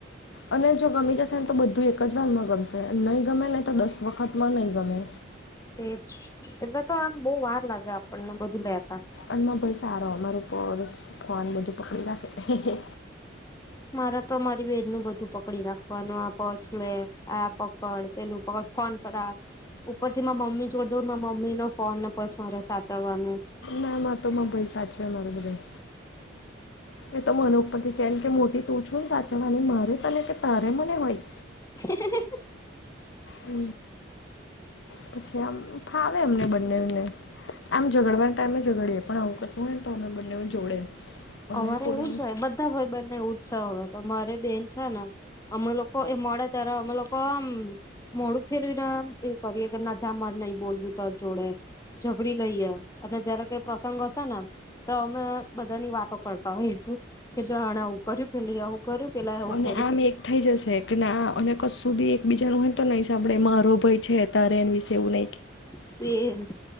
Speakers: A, on the left (about 70°); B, on the left (about 15°).
A: અને જો ગમી જશે ને તો બધું એક જ વારમાં ગમેશે નહીં ગમે ને તો દસ વખતમાં નહીિ ગમે
B: એજ એટલા તો આમ બહુ વાર લાગે આપણને બધું લેતા
A: અનેમાં ભાઈ સારો અમારું પસ ફોન બધું પકડી રાખે
B: મારા તો અમારી બેન નું બધું પક પકડી રાખવાનું આ પર્સ લે આ પકડ પેલું પકડ ફોન પર ઉપર થી મા મમ્મી જોડ દઉ મા મમ્મી નો ફોન ને પસ મારે સાચવવાનું.
A: ના માં તો ભાઈ સાચવે મારો બધ એ તો મનો ઉપરથી છે એ કે મોટી તું છું ને સાચવવાની મારે તને કે તારે મને હોય.
B: હ હ
A: હ પછી આમ ફાવે અમને બંનેને આમ જઝગડવાના ટાઈમે જઝગડીએ પણ આવું કશું હોયને તો અમે બંને જોડે અને
B: અમારે
A: કોઈ
B: એવું જ હોય બધા હોય બને એસાહ હોય તો મારે બેન છે ને અમે લોકો એ મોડા તાર અમ લોકો આમ મોડું ફેરવીને એ કરીએ કે ના જા માર નહી બોલવું તો જોડે ઝઘડી લઈએ અને જયારે કઈ પ્રસંગ હશે ને તો અમે બધાની વાતો કરતા હોઈશું કે જોડ આવવું કર પેલી આવું કર પેા એું
A: અને
B: કરી
A: આમ એક થઈ જશે કે ના અને કશું બી એકબીજા ન હોય તો નહી સાંભળે રોબય છે તારે એન વિશે ઉ ન
B: સેમ